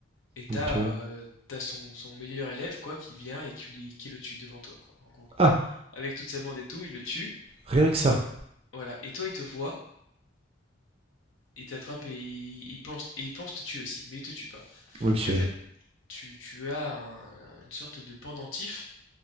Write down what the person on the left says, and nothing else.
Et t'as
euh, t'as son, son meilleur élève, quoi, qui vient et qui, lui- qui le tue devant toi, quoi, en gros.
Avec toute sa bande et tout, il le tue.
Voilà. Et toi, il te voit, il t'attrape et il, il pense, et il pense te tuer aussi, mais il te tue pas.
Et en fait, tu, tu as un- une sorte de pendentif.